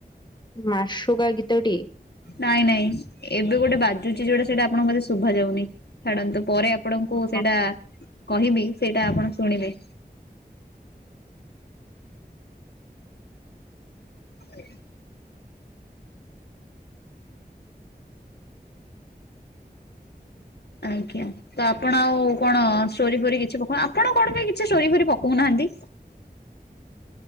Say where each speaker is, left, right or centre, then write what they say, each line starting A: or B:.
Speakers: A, on the left; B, on the left.
A: ମାସୁକା ଗୀତଟି।
B: ନାଇଁ, ନାଇଁ। ଏବେ ଗୋଟେ ବାଜୁଛି, ଯୋଉଟା, ସେଇଟା ଆପଣଙ୍କୁ ବୋଧେ ଶୁଭା ଯାଉନି। ଛାଡନ୍ତୁ, ପରେ ଆପଣଙ୍କୁ
A: ହଁ
B: ସେଇଟା କହିବି, ସେଇଟା ଆପଣ ଶୁଣିବେ। <inaudible> ଆଜ୍ଞା। ତ, ଆପଣ ଆଉ କଣ, ଷ୍ଟୋରି-ଫୋରି କିଛି ପକ ଆପଣ କଣ ପାଇଁ କିଛି ଷ୍ଟୋରି-ଫୋରି ପକଉନାହାଁନ୍ତି?